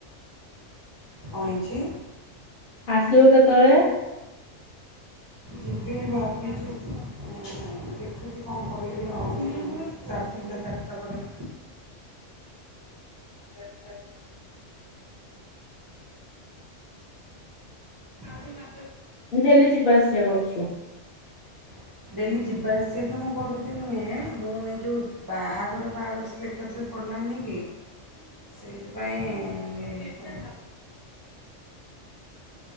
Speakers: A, on the right; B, on the left.
A: କଣ ହେଇଛି?
B: ଆସିବୁ କେତେବେଳେ?
A: ଯିବିନି ଭାବିଛି ଉଁ। ଦେଖୁଛି କଣ କରିବି ଆଉ? ସାଢ଼େ ତିନିଟା ଚାରିଟା ପରେ।
B: <unintelligible>
A: ଆହୁରି ବା
B: ଉଁ ଡେଲି ଯିବା ଆସିବା କରୁଛୁ।
A: ହୁଁ! ଡେଲି ଯିବା ଆସିବା ତ ମୁଁ କରୁଛି ନୁହେଁ ମୁଁ ଏଇ ଯୋଉଁ ବାହାଘର ଫାହାଘର ସବୁ ଏକାଥରେ ପଡିଲି ମାନିକି ସେଥିପାଇଁ ଏ